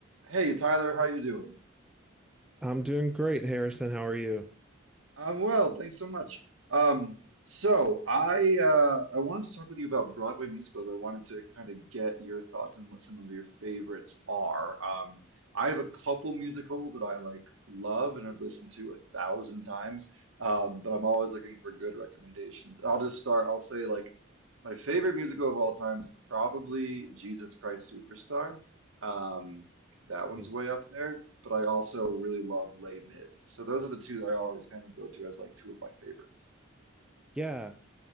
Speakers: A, on the right; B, in the centre.
A: Hey Tyler, how you doing?
B: I'm doing great, Harrison. How are you?
A: I'm well, thanks so much. Um, so I uh, I wanted to talk with you about Broadway musicals. I wanted to kind of get your thoughts on what some of your favorites are. Um, I have a couple musicals that I like love and I've listened to a thousand times, um, but I'm always looking for good recommendations. I'll just start. I'll say like my favorite musical of all time is probably Jesus Christ Superstar. Um, That one's
B: Thanks.
A: way up there, but I also really love Les Mis. So those are the two I always kind of go to as like two of my favorites.
B: Yeah.